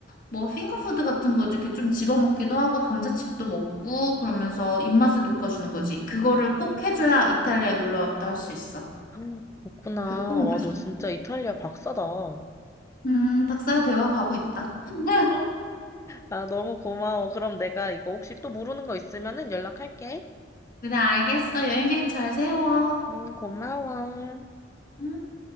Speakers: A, on the left (about 50°); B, on the left (about 15°).
A: 뭐 핑거푸드 같은 거 이렇게 좀 집어먹기도 하고 감자칩도 먹고 그러면서 입맛을 돋궈주는 거지. 그거를 꼭 해줘야 이탈리아 놀러 왔다 할 수 있어.
B: 음. 그렇구나.
A: 그거 꼭
B: 와, 너 진짜 이탈리아 박사다. <laughs>
A: 음, 박사가 되어 가고 있다. <laughs>
B: 아, 너무 고마워. 그럼 내가 이거 혹시 또 모르는 거 있으면은 연락할게.
A: 그래, 알겠어. 여행 계획 잘 세워.
B: 응, 고마워.
A: 음.